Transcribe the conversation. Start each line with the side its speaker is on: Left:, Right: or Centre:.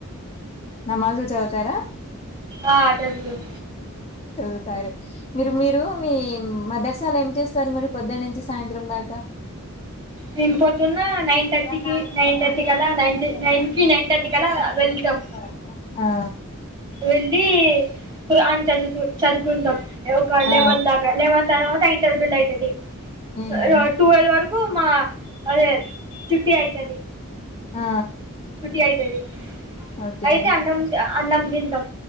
Left: నమాజులు చదువు తారా
Right: ఆ చదివాం
Left: చదువుతారు మీరు మీరు మీ మదర్సాల ఏం చేస్తారు మరి పొద్దనుంచి సాయంత్రం దా
Right: మేం పోదున్న నైన్ థర్టీకి
Left: మ నా
Right: నైన్
Left: నన్న
Right: థర్టీ కల్లా
Left: నేద
Right: నైన్
Left: ఇద
Right: నైన్కి
Left: న డెట్
Right: నైన్ థర్టీ కల్లా
Left: షన్ క్లాస్ంత
Right: వెళ్తాం
Left: ఆ
Right: వెళ్ళి కురాన్ చదువు చదు కుంటాం ఎ ఒక
Left: ఆ
Right: లెవన్ దాకా లెవన్ తర్వాత ఇంటర్బెలయి తేలిద్
Left: మ్మ్
Right: ఇగ టువల్వ్ వరకు మా అదే చుట్టి అయితది.
Left: ఆ
Right: చుట్టి అయితది.
Left: ఓకే
Right: అయితే అన్నం అన్నం దిన్ టం.